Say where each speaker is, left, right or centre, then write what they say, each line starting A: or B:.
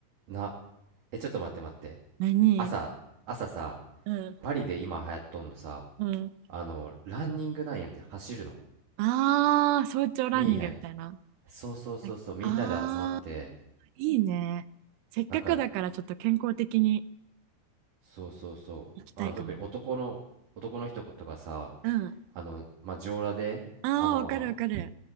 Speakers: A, on the right; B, on the right.
A: な、え、ちょっと待って待って。
B: え何
A: 朝、朝さ、
B: うん、
A: パリで今流行っとんのさ、
B: うん。
A: あの、ランニングなんやんって走るの。
B: ああ、早朝ランニングみたいな。
A: 見えへん。そうそうそうそう、
B: なんかああ、
A: みんなで集まって、
B: いいね。せっかくだからちょっと健康的に
A: なんか、そうそうそう、
B: 行きたいかも。
A: あの、特に男の、男の人とかさ、
B: うん。
A: あの、まあ、上裸で、
B: ああ、
A: あの、
B: わかるわかる。